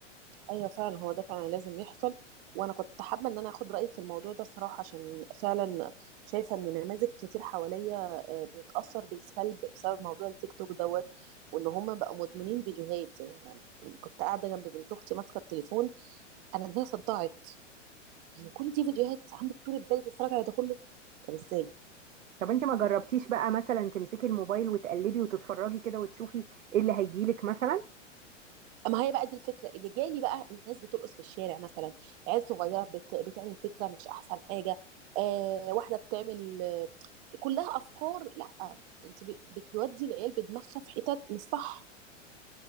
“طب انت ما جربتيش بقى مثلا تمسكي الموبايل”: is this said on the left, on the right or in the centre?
Right